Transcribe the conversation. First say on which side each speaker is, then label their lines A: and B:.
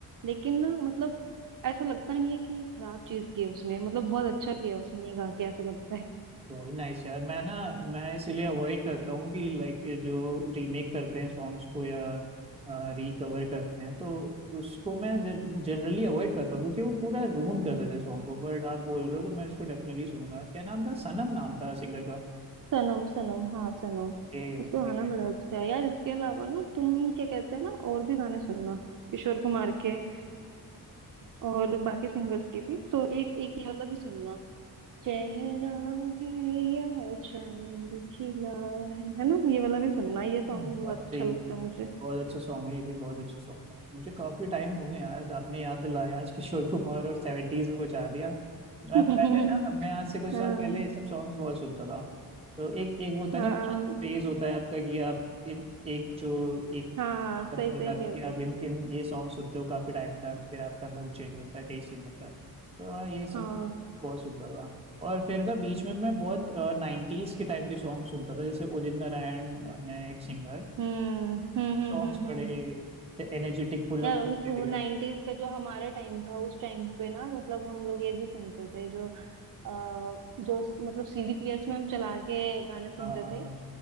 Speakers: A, on the right (about 55°); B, on the right (about 15°).
A: लेकिन ना मतलब ऐसा लगता नहीं है कि ये खराब चीज की है उसने मतलब बहुत अच्छा किया उसने ये गा के ऐसा लगता है
B: वेरी नाइस यार मैं ना मैं इसीलिए अवॉइड करता हूँ कि लाइक जो रीमेक करते हैं सॉन्ग्स को या रिकवर करते हैं तो उसको मैं जनरली अवॉइड करता हूँ क्योंकि वो पूरा रूल कर देते सॉन्ग को बट आप बोल रहे हो तो मैं इसको डेफिनेटली सुनूंगा क्या नाम था सनम नाम था सिंगर का
A: सनम सनम हाँ सनम
B: ए
A: उसका
B: ओके
A: गाना बड़ा अच्छा है यार इसके अलावा ना तुम क्या कहते हैं ना और भी गाने सुनना किशोर कुमार के अ, और बाकी सिंगर्स के भी तो एक एक ये वाला भी सुनना चेहरा है या चांद खिला है है ना ये वाला भी सुनना ये सॉन्ग
B: बहुत
A: भी बहुत अच्छा
B: सही
A: लगता है मुझे
B: बहुत अच्छा सॉन्ग है ये भी बहुत अच्छा सॉन्ग है मुझे काफी टाइम हो गया यार आपने याद दिलाया आज किशोर कुमार और 70s में पहुंचा दिया
A: <laughs>
B: मैं पहले ना मैं आज से कुछ
A: हाँ
B: साल पहले ये सब सॉन्ग्स बहुत सुनता था तो एक एक वो होता
A: हाँ
B: है ना फेज होता है आपका कि आप एक, एक जो एक
A: हाँ सही
B: जाते
A: सही कह
B: हो कि
A: रही
B: आप
A: हो।
B: इन इन ये सॉन्ग सुनते हो काफी टाइम तक फिर आपका मूड चेंज होता है टेस्ट चेंज होता है तो हाँ ये सब
A: हाँ
B: बहुत सुनता था और फिर ना बीच में मैं बहुत नाइन्टीज के टाइम के सॉन्ग सुनता था जैसे उदित नारायण हैं एक सिंगर
A: हम्म हम्म हम्म
B: सॉन्ग्स
A: हम्म हम्म।
B: बड़े एनर्जेटिक फुल
A: यार
B: ऑफ
A: उन-
B: इंटीग्रेशन।
A: वो नाइन्टीज का जो हमारा टाइम था उस टाइम पे ना मतलब हम लोग ये भी सुनते थे जो आ, जो स- मतलब सीडी प्लेयर्स में हम चला के गाने सुनते
B: हाँ
A: थे